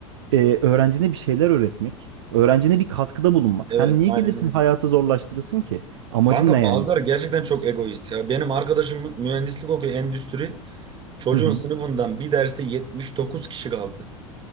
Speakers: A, on the right; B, on the right.
A: e, öğrencine bir şeyler öğretmek, öğrencine bir katkıda bulunmak.
B: Evet,
A: Sen niye
B: aynen
A: gelirsin
B: öyle.
A: hayatı zorlaştırırsın ki? Amacın
B: Kanka
A: ne yani?
B: bazıları gerçekten çok egoist ya. Benim arkadaşım mühendislik okuyor, endüstri. Çocuğun
A: Hı hı.
B: sınıfından bir derste 79 kişi kaldı.